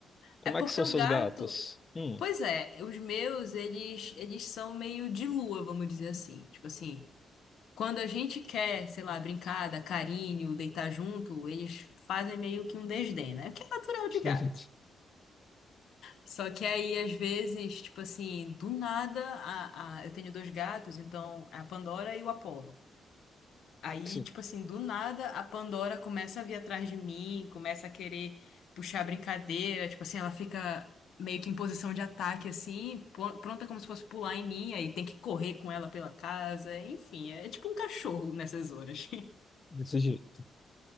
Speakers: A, on the left; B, on the left.
A: Como
B: É porque
A: é que são
B: o
A: seus
B: gato.
A: gatos? Hum,
B: Pois é, os meus, eles, eles são meio de lua, vamos dizer assim. Tipo assim, quando a gente quer, sei lá, brincar, dar carinho, deitar junto, eles fazem meio que um desdém, né? Que é natural de gato.
A: <laughs>
B: Só que aí, às vezes, tipo assim, do nada, a, a- eu tenho dois gatos, então é a Pandora e o Apollo. Aí,
A: desse
B: tipo assim, do nada, a Pandora começa a vir atrás de mim, começa a querer puxar brincadeira, tipo assim, ela fica meio que em posição de ataque, assim, pr- pronta como se fosse pular em mim, aí tem que correr com ela pela casa, enfim, é tipo um cachorro nessas horas. <laughs>
A: desse jeito.